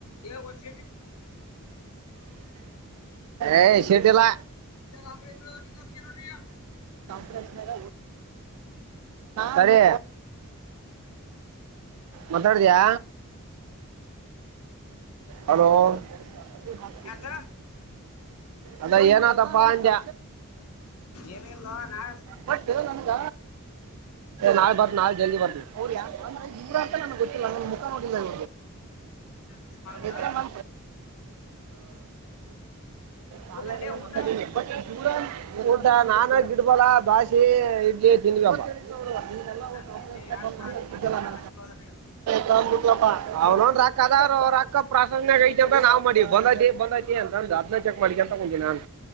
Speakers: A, on the left (about 80°); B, on the right (about 80°).
A: ಬಚ
B: ಏ ಶೇಟಲ್ಲ
A: ಅ ರಾತ್ರಿ ಎ ರೊಟ್ಟ ಕತ ರಟಿಯ
B: ಪ್ರಶನೆರ ಸರಿ ಮಾತಾಡಿದಯಾ ಹಲೋ ಅದೇ ಹಾಕಬಡ್
A: ಯಾಕ
B: ಅದ ಏನತಪ್ಪ ಅಂಡ್ಯ
A: ಏನಲ್ವಾ ನಾ
B: ಬ ನನ್ಗ ನಾಳೆ ಬ ನಾಳೆ ಜಲ್ದಿ ಬರ್ತ ಅಂದ್ರ ಇವರಂತ ನನಗೆ ಗೊತ್ತಿಲ್ಲ ನ ಮುಖ ನೋ ನ
A: ಮಿಸ್ ಮಾಡ್ಬೇಡ
B: ಎ ನ ಹಾ ಪಾಲಲ್ಲ
A: ಊಟ ಅಲ್ಲೇ ಊಟ
B: ಮ ದೂರ ಊಟಾ ನಾನ್ ಗ ಬಿಡ್ಬಲ್ಲಾ ದಾಾಸಿ ಇದ ತಿನ್ಬೇಕ ಇಲ್ಲ
A: ನನಗೇನ್
B: ಅ
A: ಎರಡು ದಿನ ಆಯ್ತು ಈಗೇನ ಆಶೀರ್ವಾದನೇ ಇಲ್ಲ
B: ಕ್ ಬಿಟ್ಟಪ್ಪಾ ಅವ್ ನೋ್ರ ಅಕ್ಕ ಅದ್ರ ಅವ್ ಅಕ್ಕ ಪ್ರಾಾಸನ್ಯ ಐತೆ ಅಂತ ನ್ ಮಾಡಿ ಬಂದೈಐತಿ ಬಂದೈಐತಿ ಅಂತಂದ ಅದನ್ನ ಚಕ್ ಮಾಡಲಿ ಅಂತಕೊತೀನ ನಾನ್